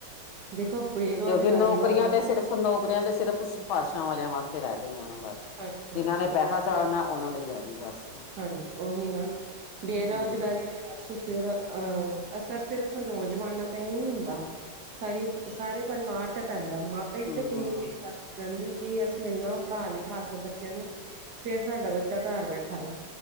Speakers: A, on the right; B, on the left.
A: ਦੇਖੋ <unintelligible>
B: ਕਿਉਂਕਿ ਨੌਕਰੀਆਂ
A: ਦਾ
B: ਤੇ ਸਿਰਫ- ਨੌਕਰੀਆਂ ਤੇ ਸਿਰਫ ਸਫਾਰਸ਼ਾਂ ਵਾਲਿਯਾਂ ਵਾਸਤੇ ਰਹ ਗਈਆਂ ਨੇ ਬਸ।
A: ਹਾਂਜੀ ਹਾਂਜੀ
B: ਜਿਨਾਂ ਨੇ ਪੈਹਾ ਚਾੜਨੈ, ਉਹਨਾਂ ਲਈ ਰਹਿ ਗਈ ਬਸ।
A: ਹਾਂਜੀ ਉਹੀ ਨਾ ਬੇਰੋਜ਼ਗਾਰੀ।
B: ਹਮ
A: ਅਸ ਸਿਰ ਅਹ ਅਸਰ ਸਿਰਫ ਨੌਜਵਾਨਾਂ ਤੇ ਈ ਨਈ ਹੁੰਦਾ ਸਾਰੀ ਸਾਰੇ ਪਰਿਵਾਰ ਤੇ ਪੈਂਦੈ ਮਾਪੇ ਵੀ
B: ਹਮ
A: ਤੇ ਕਿੰਨੀ ਚ ਕਹਿੰਦੇ ਨੇ ਕਿ ਅਸੀ ਇਨਾ ਪਦ ਲਿਖਾ ਕੇ ਬੱਚਯਾਂ ਨੂੰ ਫੇਰ ਸਾਡਾ ਬੱਚਾ ਘਰ ਬੈਠਾ ਦੈ।